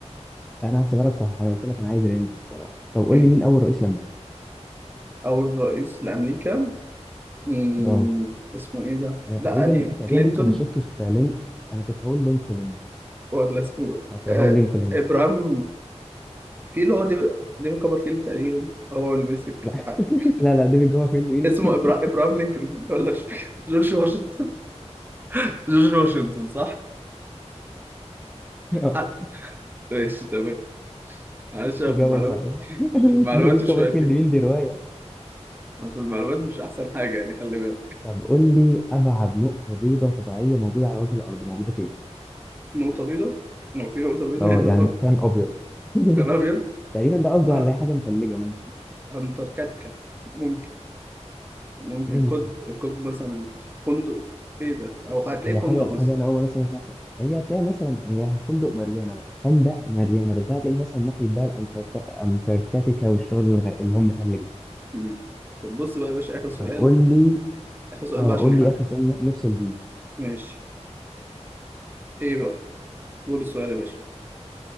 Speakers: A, in the centre; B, on the right (about 15°).
A: انا هحسبها لك صح انا قلت لك انا عايز رينج الصراحه طب قول
B: ماشي
A: لي مين اول رئيس لامريكا
B: أول رئيس لأمريكا مم،
A: اه
B: اسمه إيه ده؟
A: انا تقريبا
B: لا قديم
A: تقريبا
B: كلينتون
A: ممكن اشك في لينك انا كنت هقول لينكولن
B: ولا اسمه
A: ابراهام
B: إيه؟ آه
A: لينكولن
B: إبراهام في اللي هو ديفيد ديفيد كوبرفيلد تقريبا هو اللي مسك
A: لا
B: <laughs>
A: <laughs> لا لا ديفيد كوفرفيلد مين
B: اسمه
A: <laughs>
B: إبرا... إبراهام لينكولن ولا مش فاكر. جورج واشنطن <laughs> جورج واشنطن صح؟
A: آه،
B: حد ماشي تمام معلش أنا
A: اجابه
B: في المعلومات
A: صحيحه <laughs>
B: في المعلومات
A: ديفيد كوفرفيلد
B: شوية
A: مين دي روايه
B: بس المعلومات مش أحسن حاجة يعني خلي بالك
A: طب قول لي ابعد نقطه بيضاء طبيعيه موجوده على وجه الارض موجوده فين
B: نقطة بيضاء لو في نقطة بيضاء
A: اه
B: هيعمل
A: يعني
B: نقطة
A: مكان ابيض <laughs>
B: كان أبيض
A: تقريبا ده قصده
B: آه،
A: على أي حاجه متلجه ممكن
B: أنتاركتيكا ممكن ممكن
A: ممكن
B: كود كود مثلا فندق إيه ده أو هتلاقيه
A: هي
B: فندق
A: حاجه
B: مثلا
A: حاجه انا اول مره اسمع اسمها. هي هتلاقي مثلا هي خندق ماريانا بقى خندق ماريانا بس ده هتلاقيه مثلا ناحيه بقى الأنترتا- انتاركتيكا والشغل الغ- اللي هم متلج ده
B: مم. طب بص بقى يا باشا آخر سؤال
A: طب قول لي
B: آخر سؤال
A: اه
B: بقى عشان
A: قول
B: نحدد
A: لي اخر سؤال ن- نفصل بيه
B: ماشي إيه بقى قول السؤال يا باشا